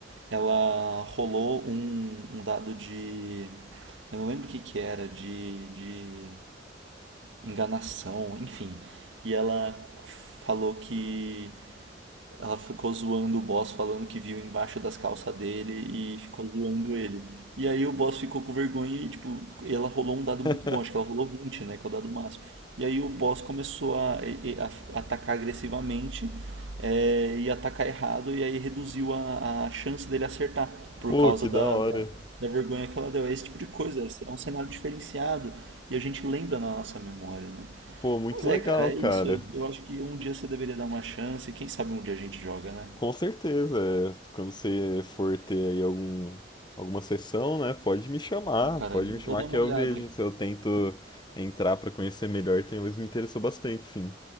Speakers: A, on the right; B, on the left.
A: ela rolou um, um dado de, eu não lembro o que que era, de, de enganação, enfim, e ela falou que ela ficou zoando o boss, falando que viu embaixo das calças dele e ficou zoando ele. E aí o boss ficou com vergonha e, tipo, ela rolou um dado muito
B: <laughs>
A: bom, acho que ela rolou 20 né, que é o dado máximo. E aí o boss começou a, e- e- a f- atacar agressivamente é, e atacar errado, e aí reduziu a, a chance dele acertar por
B: Pô,
A: causa
B: que
A: da,
B: da hora.
A: da, da vergonha que ela deu. É esse tipo de coisa, é um cenário diferenciado e a gente lembra na nossa memória, né?
B: Pô, muito
A: Mas é,
B: legal,
A: cara,
B: cara.
A: é isso. Eu acho que um dia você deveria dar uma chance. Quem sabe um dia a gente joga, né?
B: Com certeza. é, quando você for ter aí algum, alguma sessão, né? Pode me chamar.
A: Ô, Cara,
B: Pode me
A: eu
B: chamar
A: vou dar
B: que
A: uma
B: eu
A: olhada.
B: vejo. Se eu tento entrar pra conhecer melhor, talvez me interessou bastante, sim.